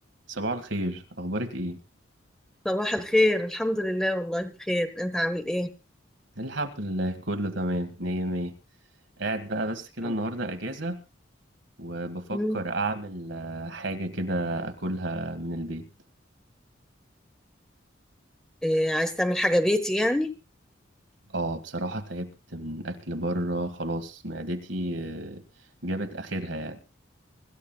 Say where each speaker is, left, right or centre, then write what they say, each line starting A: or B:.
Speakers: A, on the right; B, in the centre.
A: صباح الخير اخبارك ايه
B: صباح الخير الحمد لله والله بخير انت عامل ايه
A: الحمد لله كله تمام مية مية قاعد بقى بس كده
B: أو.
A: النهارده اجازة وبفكر
B: مم.
A: اعمل آه، حاجة كده اكلها من البيت
B: إيه عايز تعمل حاجة بيتي يعني
A: اه بصراحة تعبت من اكل بره خلاص معدتي آه، جابت اخرها يعني